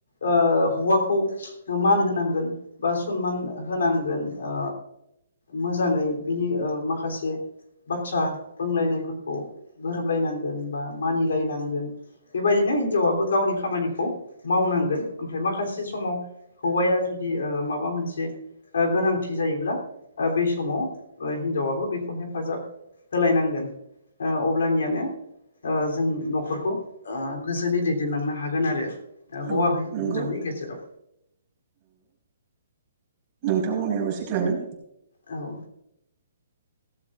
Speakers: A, on the left; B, on the right.
A: ओ हौवाखौ मान होनांगोन बा सनमान होनांगोन ओ मोजाङै बिनि ओ माखासे बाथ्रा बुंलायनायफोरखौ गोरोबलायनांगोन बा मानिलायनांगोन बेबायदिनो हिनजावाबो गावनि खामानिखौ मावनांगोन ओमफ्राय माखासे समाव हौवाया जुदि ओ माबा मोनसे ओ गोनांथि जायोब्ला ओ बे समाव हिनजावाबो बेखौ हेफाजाब होलायनांगोन ओ अब्लानियानो ओ जों न'खरखौ ओ गोजोनै दैद देनलांनो हागोन आरो। ओ हौवा
B: औ
A: हिनजावनि
B: नंगौ
A: गेजेराव
B: थां बुंनायाबो सैथोआनो।
A: औ